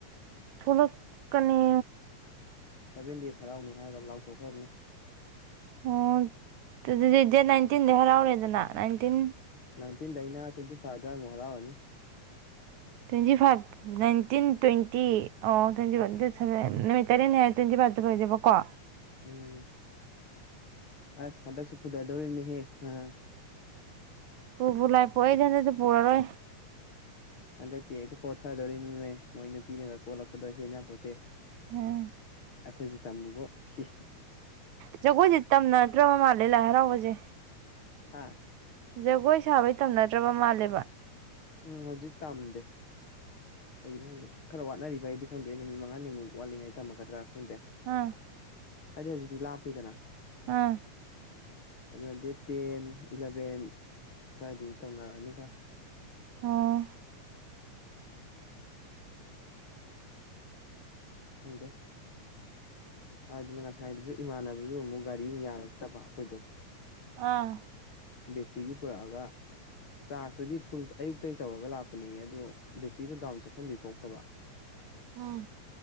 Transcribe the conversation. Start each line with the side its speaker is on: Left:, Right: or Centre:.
Right: ꯊꯣꯛꯂꯛꯀꯅꯤ
Left: ꯁꯚꯦꯟ ꯗꯦꯁ ꯍꯔꯥꯎꯅꯤ ꯍꯥꯏꯔꯒ ꯂꯥꯎ ꯊꯣꯛꯈ꯭ꯔꯕꯅꯤ
Right: ꯑꯣ ꯑꯗꯨꯗꯤ ꯗꯦꯠ ꯅꯥꯏꯟꯇꯤꯟꯗ ꯍꯔꯥꯎꯔꯦꯗꯅ ꯅꯥꯏꯇꯤꯟ
Left: ꯅꯥꯏꯟꯇꯤꯟꯗꯩꯅ ꯇ꯭ꯋꯦꯟꯇꯤ ꯐꯥꯏꯚ ꯇ ꯃ ꯍꯔꯅꯤ
Right: ꯇ꯭ꯋꯦꯟꯇꯤ ꯐꯥꯏꯚ ꯅꯥꯏꯟꯇꯤꯟ ꯇ꯭ꯋꯦꯟꯇꯤ ꯑꯣ ꯇ꯭ꯋꯦꯟꯇꯤ ꯐꯚ ꯅꯨꯃꯤꯠ ꯇꯔꯦꯠꯅꯤ ꯍꯥꯏ ꯇ꯭ꯋꯦꯟꯇꯤ ꯐꯥꯏꯚꯇ ꯑꯣꯏꯖꯕ ꯀꯣ
Left: ꯎꯝ ꯑ ꯁꯗ ꯄꯨꯗꯥꯗꯧꯔꯅꯤꯍꯦ ꯑ
Right: ꯄꯨꯕꯨ ꯂꯥꯏ ꯄꯣꯏꯗꯅꯗꯤ ꯄꯨꯔꯔꯣꯏ
Left: ꯍꯟꯗꯛꯇꯤ ꯍꯦꯛꯇ ꯀꯣꯠꯊꯗꯣꯔꯤꯕꯅꯤꯃꯦ ꯃꯣꯏ ꯅꯨꯄꯤꯅꯒ ꯀꯣꯠꯂꯛꯄꯗꯣ ꯍꯦꯟꯅꯄꯣꯠꯇꯦ
Right: ꯎꯝ
Left: ꯑꯩꯈꯣꯏꯁꯨꯦ ꯇꯝꯃꯤꯕꯣ ꯐꯤ
Right: ꯆꯒꯣꯏꯇꯝ ꯅꯠꯇ꯭ꯔ ꯃꯥꯂꯦ ꯂ ꯍꯔꯥꯎ ꯎꯆꯖꯦ
Left: ꯍꯥꯥ
Right: ꯖꯒꯣꯏ ꯁꯥꯕꯩ ꯇꯝꯅꯗ꯭ꯔꯕ ꯃꯥꯜꯂꯦꯕ
Left: ꯎꯝ ꯍꯧꯖꯤꯛ ꯇꯝꯗꯦ ꯀꯩꯒꯤꯅꯣꯪꯗꯦ ꯈꯔ ꯋꯥꯠꯅꯔꯤꯕ ꯍꯥꯏꯗꯤ ꯈꯪꯗꯦ ꯅꯨꯃꯤꯠ ꯃꯉꯥꯅꯤꯃꯨꯛ ꯋꯥꯠꯂꯤꯉꯥꯏ ꯇꯝꯃꯒꯗ꯭ꯔꯥ ꯈꯪꯗꯦ
Right: ꯑꯥ
Left: ꯍꯥꯏꯗꯤ ꯍꯧꯖꯤꯛꯇꯤ ꯂꯥꯞꯄꯤꯗꯅ
Right: ꯑꯥ
Left: ꯑꯗꯨꯅ ꯗꯦꯠ ꯇꯦꯟ ꯏꯂꯚꯦꯟ ꯑꯗꯨꯋꯥꯏꯗꯗꯤ ꯇꯧꯅꯔꯛꯑꯅꯤ ꯈꯔ
Right: ꯑꯣ
Left: ꯑꯪꯗꯦ ꯑꯗꯨꯅ ꯉꯁꯥꯏꯗꯁꯨ ꯏꯃꯥꯟꯅꯕꯁꯨ ꯑꯃꯨꯛ ꯒꯥꯔꯤ ꯌꯥꯔꯛꯇꯕ ꯑꯩꯈꯣꯏꯗꯣ
Right: ꯑꯥ
Left: ꯕꯦꯆꯔꯤ ꯄꯨꯔꯒ ꯆꯥꯔꯖꯇꯨꯗꯤ ꯐꯨꯜ ꯑꯌꯨꯛꯇꯒꯤ ꯇꯧꯔꯒ ꯂꯥꯛꯄꯅꯤ ꯑꯗꯨꯣ ꯕꯦꯇ꯭ꯔꯤꯗꯨꯣ ꯗꯥꯎꯟ ꯆꯠꯐꯝꯗꯤ ꯊꯣꯛꯇꯕ
Right: ꯎꯝ